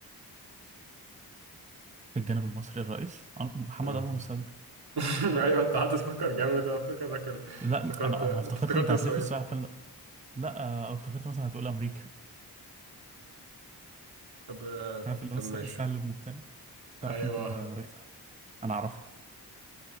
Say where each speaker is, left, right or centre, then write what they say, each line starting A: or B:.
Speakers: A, on the right; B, on the right.
A: في الجانب المصري الرئيس أن- محمد
B: مم.
A: انور السادات
B: <laughs> ايوه انت قعدت تفكر جامد انا افتكرك ال-
A: لا
B: افتكرت
A: انا
B: أنت
A: انا افتكرت
B: افتكرت
A: انت
B: اسرائيل
A: هتلف السؤال في ال- لا آه، افتكرت مثلا هتقول امريكا
B: طب آه،
A: عارف اللي
B: طب
A: هو الس-
B: ماشي
A: السهل الممتنع تعرف
B: ايوه
A: انت رئيس أمريكا. انا اعرفها